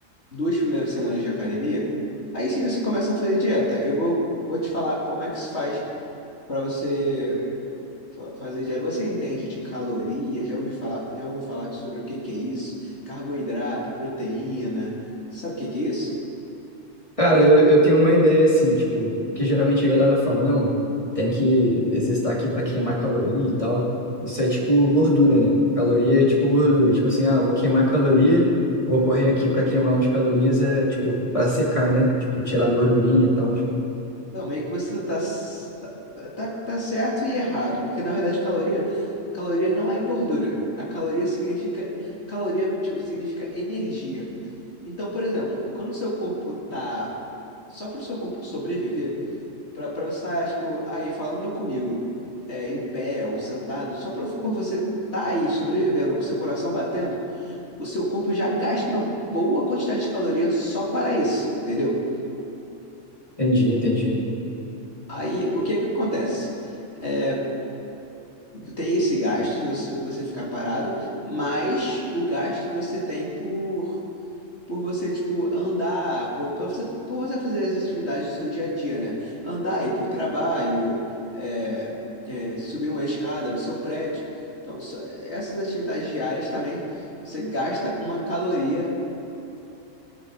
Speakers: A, on the left; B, on the left.
A: duas primeiras semanas de academia, aí sim você começa a fazer dieta. Eu vou, vou te falar como é que se faz para você fa- fazer dieta. Você entende de caloria? Já ouvi falar, já ouvi falar sobre o que que é isso? Carboidrato, proteína, sabe o que que é isso?
B: Cara, eu, eu tenho uma ideia assim, tipo, que geralmente a galera fala, não, tem que exercitar aqui para queimar caloria e tal. Isso é tipo gordura, né? Caloria é tipo gordura. Tipo assim, ah, vou queimar caloria, vou correr aqui para queimar umas calorias, é tipo, para secar, né? Tipo, tirar a gordurinha e tal.
A: Não, meio que você tá, s- tá, tá, tá certo e errado, porque na verdade caloria, caloria não é gordura. A caloria significa, caloria tipo, significa energia. Então, por exemplo, quando o seu corpo tá só para o seu corpo sobreviver, Pra, pra você estar, tipo, aí falando comigo, é, em pé ou sentado, só pra, por você estar aí sobrevivendo, com seu coração batendo, o seu corpo já gasta uma boa quantidade de calorias só para isso, entendeu?
B: Entendi, entendi.
A: Aí, o que que acontece? É, tem esse gasto de você, você ficar parado, mais o gasto que você tem por por você, tipo, andar, por, por você, por você fazer as atividades do seu dia a dia, né? Andar, ir pro trabalho, é, é, subir uma escada do seu prédio. Então, só- essas atividades diárias também, você gasta uma caloria